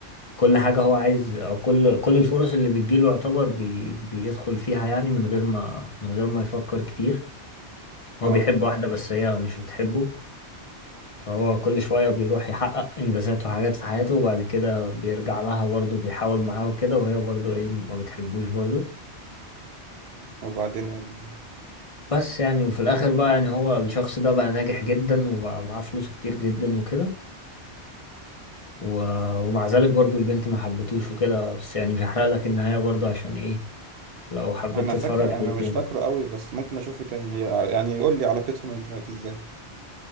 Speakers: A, on the left; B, on the right.
A: كل حاجة هو عايز او كل كل الفرص اللي بتجيله يعتبر بي بيدخل فيها يعني من غير ما من غير ما يفكر كتير هو
B: آه
A: بيحب واحدة بس هي مش بتحبه فهو كل شوية بيروح يحقق انجازات وحاجات في حياته وبعد كده بيرجع لها برضه بيحاول معاها وكده وهي برضه ايه ما بتحبوش برضه
B: وبعدين ال...
A: بس يعني وفي الاخر بقى يعني هو الشخص ده بقى ناجح جدا وبقى معاه فلوس كتير جدا وكده و... ومع ذلك برضو البنت ما حبتوش وكده بس يعني مش هحرق لك النهاية برضو عشان ايه لو حبيت
B: أنا
A: تتفرج
B: فاكر أنا
A: عليه تاني
B: مش فاكره أوي بس ممكن أشوفه تاني هي يعني يقول لي علاقتهم انتهت إزاي